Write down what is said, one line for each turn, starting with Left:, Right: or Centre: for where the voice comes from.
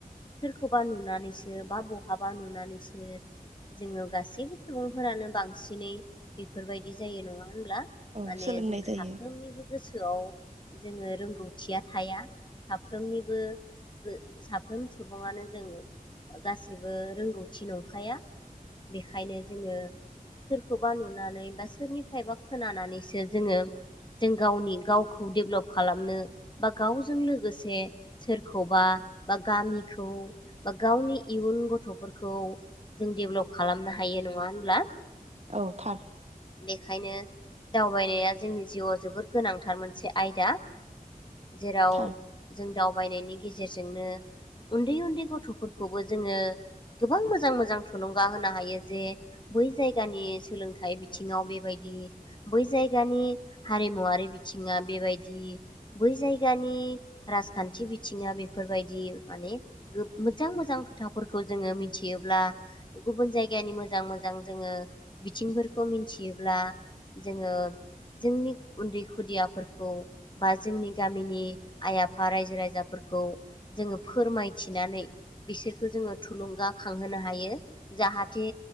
Left: सोरखौबा नुनानैसो बा बहाबा नुनानैसो जोङो गासैबो सुबुंफोरानो बांसिनै बिफोरबायदि जायो नङा? होमब्ला
Right: औ
Left: माने
Right: सोलोंनाय
Left: जों
Right: जायो
Left: साफ्रोमनिबो गोसोआव जोङो रोंगौथिया थाया। साफ्रोमनिबो बो साफ्रोम सुबुङानो जोङो ओ गासैबो रोंगौथि नंखाया बेखायनो जोङो सोरखौबा नुनानै बा सोरनिफ्रायबा खोनानानैसो जोङो जों गावनि गावखौ डेभेलप खालामनो बा गावजों लोगोसे सोरखौबा बा गामिखौ बा गावनि इयुन गथ'फोरखौ जों डेभ्लप खालामनो हायो। नङा होनब्ला?
Right: औ थार
Left: खायनो दावबायनाया जोंनि जिउआव जोबोर गोनांथार मोनसे आयदा जेराव
Right: थार
Left: जों दाउ बायनायनि गेजेरजोंनो उन्दै उन्दै गथ'फोरखौबो जोङो गोबां मोजां मोजां थुलुंगा होनो हायो जे बै जायगानि सोलोंथाइ बिथिङाव बेबायदि बै जायगानि हारिमुवारि बिथिङा बेबायदि बै जायगानि राजखान्थि बिथिङा बेफोरबायदि माने गो मोजां मोजां खोथाफोरखौ जोङो मिथियोब्ला गुबुन जायगानि मोजां मोजां जोङो बिथिंफोरखौ मिनथियोब्ला जोङो जोंनि उन्दै खुदियाफोरखौ बा जोंनि गामिनि आइ आफा रायजो राइजाफोरखौ जोङो फोरमायथिनानै बिसोरखौ जोङो थुलुंगाखांहोनो हायो जाहाथे